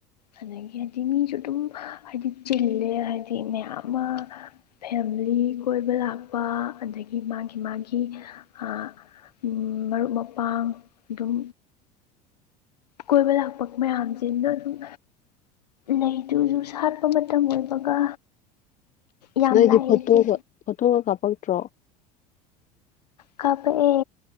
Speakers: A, on the left; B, on the left.
A: ꯑꯗꯒꯤ ꯍꯥꯏꯗꯤ ꯃꯤꯁꯨ ꯑꯗꯨꯝ ꯍꯥꯏꯗꯤ ꯆꯤꯜꯂꯦ ꯍꯥꯏꯗꯤ ꯃꯌꯥꯝ ꯑꯃ ꯐꯦꯝꯂꯤ ꯀꯣꯏꯕ ꯂꯥꯛꯄ ꯑꯗꯒꯤ ꯃꯥꯒꯤ-ꯃꯥꯒꯤ ꯑꯥ ꯃꯔꯨꯞ ꯃꯄꯥꯡ ꯑꯗꯨꯝ ꯀꯣꯏꯕ ꯂꯥꯛꯄ ꯃꯌꯥꯝꯁꯤꯅꯣ ꯑꯗꯨꯝ ꯂꯩꯗꯨꯨꯖꯨ ꯁꯥꯠꯄ ꯃꯇꯝ ꯑꯣꯏꯕꯒ ꯌꯥꯝ
B: ꯅꯣꯏꯗꯤ
A: ꯂꯥꯛꯑꯦ
B: ꯐꯣꯇꯣꯒ
A: ꯏꯆꯦ
B: ꯐꯣꯇꯣꯒ ꯀꯥꯞꯄꯛꯇ꯭ꯔꯣ꯫
A: ꯀꯥꯞꯄꯛꯑꯦ